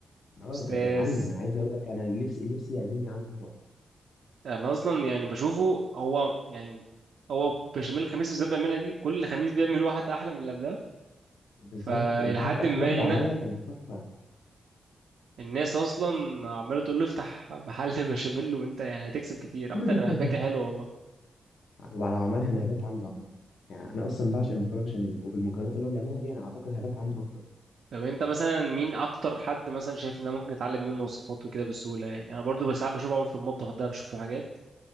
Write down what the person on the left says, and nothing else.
اه
ده ده معلم انا عايز اقول لك انا نفسي نفسي يعزمني عنده في مره
بالظبط
انت شفت اخر
واحده
عملها كانت تحفه
<laughs>
هو لو عملها انا هبات عنده عامه يعني انا اصلا بعشق المكرونه بشاميل وبالمكونات اللي هو بيعملها دي انا اعتقد هبات عنده اكتر